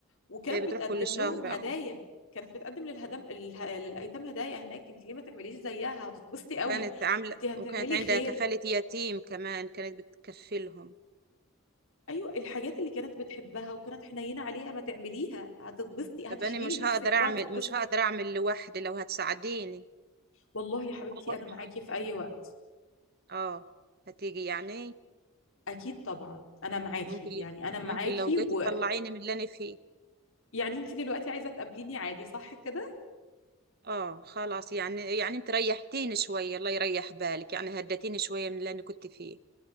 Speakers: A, on the left; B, on the right.
A: وكانت
B: كانت بتروح
A: بتقدم
B: كل شهر
A: لهم هدايا
B: اه
A: كانت بتقدم للهدم اله- للايتام هدايا هناك انت ليه ما تعمليش زيها هتتبسطي قوي
B: وكانت عامله
A: انت هتعملي
B: وكانت عندها
A: خير
B: كفاله يتيم كمان كانت بتكفلهم
A: ايوه الحاجات اللي كانت بتحبها وكانت حنينه عليها ما تعمليها هتتبسطي هتشغلي
B: طب انا مش
A: نفسك
B: هقدر اعمل
A: وهتتبسطي
B: مش هقدر اعمل لوحدي لو هتساعديني
A: والله يا حبيبتي
B: والله
A: انا معاكي
B: يا حبيبتي
A: في اي وقت
B: اه هتيجي يعني
A: اكيد طبعا انا معاكي
B: ممكن
A: يعني انا معاكي
B: ممكن لو
A: ويعني
B: جيت تطلعيني من اللي انا فيه
A: انت دلوقتي عايزه تقابليني عادي صح كده
B: اه خلاص يعني يعني انت ريحتيني شوية الله يريح بالك يعني هدتيني شوية من اللي انا كنت فيه